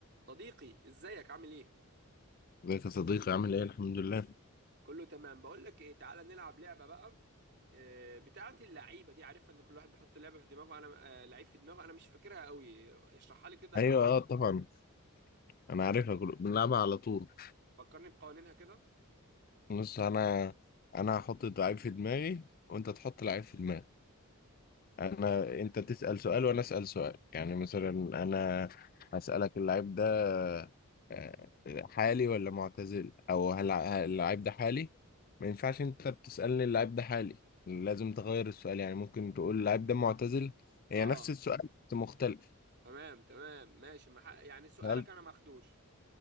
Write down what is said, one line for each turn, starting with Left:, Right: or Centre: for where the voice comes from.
Right: صديقي ازيك عامل ايه
Left: ازيك يا صديقي عامل ايه الحمد لله
Right: كله تمام بقول لك ايه تعالى نلعب لعبه بقى آه، بتاعه اللعيبه دي عارفها ان كل واحد بيحط لعبه في دماغه انا آه، لعيب في دماغه انا مش فاكرها قوي اشرحها لي كده
Left: ايوه
Right: لو فكرتني
Left: اه طبعا انا عارفها كل- بنلعبها على طول
Right: فكرني بقوانينها كده
Left: بص انا انا هحط لعيب في دماغي وانت تحط لعيب في دماغك انا انت تسأل سؤال وانا اسأل سؤال يعني مثلا انا هسألك اللعيب ده آه، حالي ولا معتزل او هل هل اللعيب ده حالي ما ينفعش انت بتسألني اللعيب ده حالي لازم تغير السؤال يعني ممكن تقول اللعيب ده معتزل
Right: اه
Left: هي نفس السؤال بس مختلف
Right: تمام تمام ماشي ما حق- يعني سؤالك
Left: هل
Right: انا ماخدوش